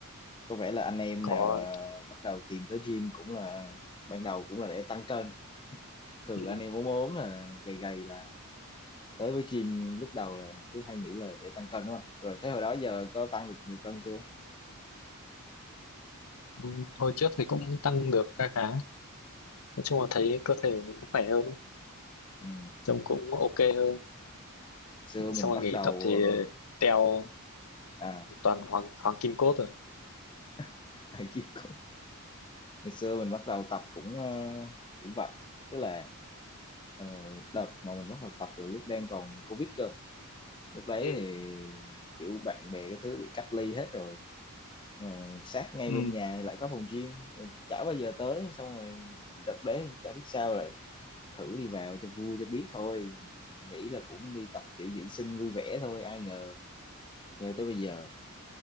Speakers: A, on the left (about 20°); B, on the left (about 80°).
A: có vẻ là anh em
B: có
A: nào ờ, bắt đầu tìm tới gym cũng là ban đầu cũng là để tăng cân. Thường
B: ừ,
A: là anh em ốm ốm là gầy gầy là tới với gym lúc đầu là cứ hay nghĩ là để tăng cân đúng không? Rồi thế hồi đó giờ có tăng được nhiều cân chưa?
B: Ừ, Hồi trước thì cũng tăng được khá khá nói chung là thấy cơ thể mình cũng khỏe hơn
A: Ừ.
B: trông cũng ok hơn
A: Xưa mình
B: xong rồi
A: bắt
B: nghỉ
A: đầu
B: tập thì
A: ờ,
B: teo
A: à
B: toàn hoàng hoàng kim cốt rồi
A: <laughs> phải kêu cô- ngày xưa mình bắt đầu tập cũng ờ, cũng vậy, tức là ờ, đợt mà mình bắt đầu tập từ lúc đang còn Covid cơ lúc đấy
B: ừ
A: thì kiểu bạn bè cái thứ bị cách ly hết rồi mà sát ngay
B: Ừ.
A: bên nhà thì lại có phòng gym chả bao giờ tới xong rồi đợt đấy chả biết sao lại thử đi vào cho vui cho biết thôi nghĩ là cũng đi tập kiểu dưỡng sinh vui vẻ thôi ai ngờ theo tới bây giờ